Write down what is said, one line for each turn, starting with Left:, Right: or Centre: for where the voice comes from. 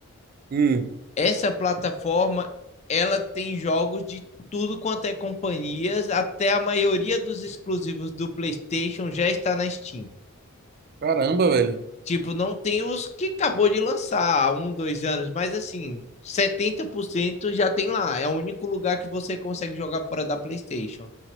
Right: Hum.
Left: essa plataforma ela tem jogos de tudo quanto é companhias, até a maioria dos exclusivos do PlayStation já está na Steam.
Right: Caramba, velho.
Left: Tipo, não tem os que acabou de lançar há um, dois anos, mas assim, 70% já tem lá. É o único lugar que você consegue jogar fora da PlayStation.